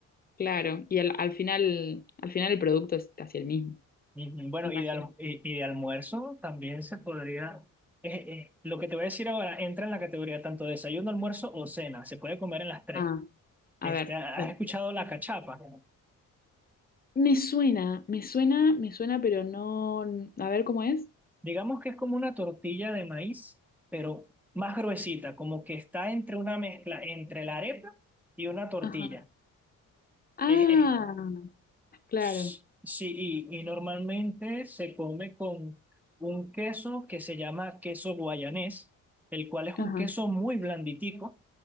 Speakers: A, on the left (about 30°); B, in the centre.
A: claro. Y al, al final, al final el producto es casi el mismo,
B: Y, bueno,
A: me imagino.
B: y de, alm- y, y de almuerzo también se podría... eh, eh, lo que te voy a decir ahora entra en la categoría tanto desayuno, almuerzo o cena. Se puede comer en las tres.
A: Ah, a
B: Este,
A: ver.
B: ¿has
A: bueno.
B: escuchado la cachapa?
A: Me suena, me suena, me suena, pero no. A ver cómo es.
B: Digamos que es como una tortilla de maíz, pero más gruesita, como que está entre una mezcla entre la arepa y una tortilla.
A: Ajá. Ah,
B: Es,
A: claro.
B: es- sí, y, y normalmente se come con un queso que se llama queso guayanés, el cual es
A: Ajá.
B: un queso muy blanditico,